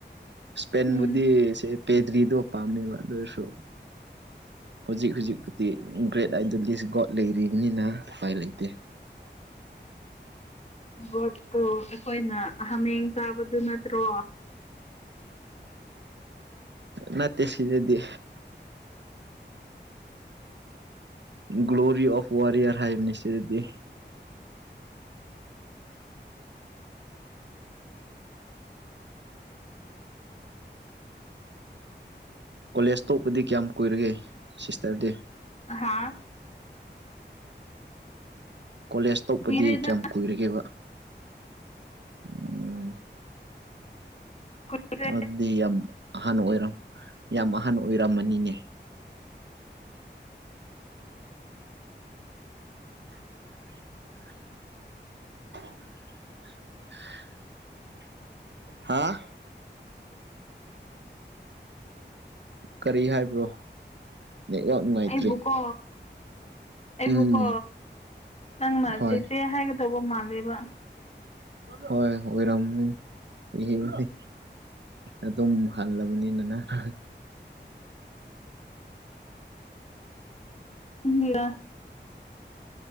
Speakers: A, on the right; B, on the left.
A: ꯏꯁꯄꯦꯟꯕꯨꯗꯤ
B: ꯎꯝ
A: ꯄꯦꯗꯔꯤꯗꯣ ꯄꯝꯃꯦꯕꯗꯨꯏ ꯁꯣ ꯍꯧꯖꯤꯛ ꯍꯧꯖꯤꯛꯄꯨꯗꯤ ꯒ꯭ꯔꯦꯠ ꯑꯥꯏꯗꯣꯂꯤꯁ ꯒꯣꯗ ꯂꯩꯔꯤꯕꯅꯤꯅ ꯎꯄꯥꯏ ꯂꯩꯇꯦ
B: ꯠꯇ ꯑꯩꯈꯣꯏꯅ ꯍꯥꯃꯦꯡ ꯆꯥꯕꯗꯨ ꯅꯠꯇ꯭ꯔꯣ
A: ꯅꯠꯇꯦ ꯁꯤꯗꯗꯤ ꯒ꯭ꯂꯔꯤ ꯑꯣꯐ ꯋꯥꯔꯌꯔ ꯍꯥꯏꯕꯅꯤꯁꯗꯤ <unintelligible> ꯀꯣꯂꯦꯖ ꯇꯣꯛꯄꯗꯤ ꯀꯌꯥꯝ ꯀꯨꯏꯔꯒꯦ ꯁꯤꯁꯇ꯭ꯔꯗꯤ
B: ꯍꯥꯥ
A: ꯀꯣꯂꯦꯖ ꯇꯣꯛꯄꯗꯤ
B: ꯀꯨꯏꯔꯦꯗ
A: ꯀꯌꯥꯝ ꯀꯨꯏꯔꯒꯦꯕ ꯑꯝ
B: ꯀꯨꯏꯔꯦ
A: ꯑꯗꯨꯗꯤ ꯌꯥꯝ ꯑꯍꯟꯕ ꯑꯣꯏꯔꯝ ꯌꯥꯝ ꯑꯍꯟ ꯑꯣꯏꯔꯝꯃꯥꯅꯤꯅꯦ <inaudible> <inaudible> ꯍꯥꯥ ꯀꯔꯤ ꯍꯥꯏꯕ꯭ꯔꯣ ꯅꯦꯠꯋꯥꯛ ꯅꯨꯡꯉꯥꯏꯇ꯭ꯔꯦ
B: ꯑꯩꯕꯨꯀꯣ ꯑꯩꯕꯨꯀꯣ
A: ꯎꯝ
B: ꯅꯪꯅ
A: ꯍꯣꯏ
B: ꯆꯦꯆꯦ ꯍꯥꯏꯒꯗꯧꯕ ꯃꯥꯜꯂꯦꯕ
A: ꯍꯣꯏ ꯑꯣꯏꯔꯝꯃꯥꯅꯤꯅꯤ ꯍꯦꯡꯉꯁꯤ ꯑꯗꯨꯝ ꯍꯜꯂꯕꯅꯤꯅ ꯅꯥ ꯍꯥꯍꯥ
B: ꯅꯪꯒꯤꯔꯥ